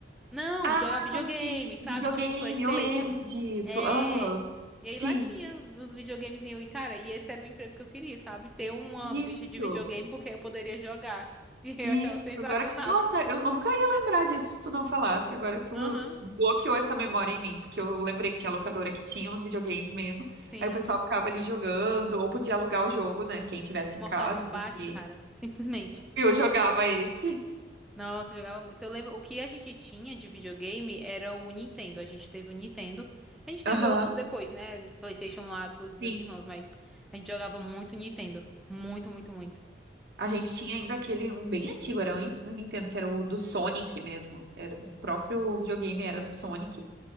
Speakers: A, in the centre; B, on the right (about 60°).
A: Não,
B: Ah,
A: jogar videogame,
B: sim,
A: sabe?
B: videogame,
A: Tipo PlayStation.
B: eu lembro disso.
A: É.
B: Aham.
A: E
B: Sim,
A: aí lá tinha os, os videogames e, cara, e esse era o emprego que eu queria, sabe? Ter uma
B: Isso,
A: bicha de videogame porque eu poderia jogar. <laughs> E eu
B: isso.
A: achava sensacional.
B: Agora que. Nossa, eu nunca ia lembrar disso se tu não falasse. Agora tu
A: Aham.
B: bloqueou essa memória em mim, porque eu lembrei que tinha locadora que tinha uns videogames mesmo.
A: Sim.
B: Aí o pessoal ficava ali jogando, ou podia alugar o jogo, né? Quem tivesse
A: Mortal
B: em casa.
A: Kombat,
B: E
A: cara. Simplesmente.
B: eu jogava esse.
A: Nossa, eu jogava muito. Eu lembro, o que a gente tinha de videogame era o Nintendo. A gente teve o Nintendo. A gente
B: Aham.
A: teve outros depois, né? PlayStation lá dos meus
B: Sim.
A: irmãos, mas a gente jogava muito Nintendo. Muito, muito, muito.
B: A gente tinha ainda aquele, um bem antigo, era antes do Nintendo, que era o do Sonic mesmo. Era, o próprio videogame era do Sonic.